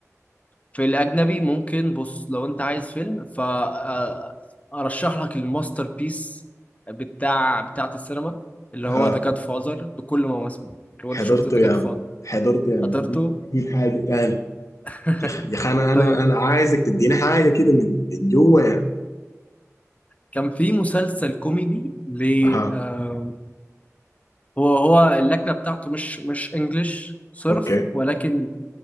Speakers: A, on the left; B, on the left.
A: في الأجنبي ممكن بص لو أنت عايز فيلم فأرشح لك الماستر بيس بتاع بتاعة السينما اللي
B: ها
A: هو ذا جاد فازر بكل مواسمه لو
B: حضرته
A: أنت شفت ذا
B: يا
A: جاد
B: عم
A: فازر
B: حضرته يا عم
A: حضرته
B: دي دي حاجة تاني
A: <laughs>
B: يا أخ يا أخي أنا أنا
A: طيب
B: أنا عايزك تديني حاجة كده من من جوه يعني
A: كان في مسلسل كوميدي ل
B: ها
A: آه، هو هو اللكنة بتاعته مش مش انجلش صرف
B: أوكي
A: ولكن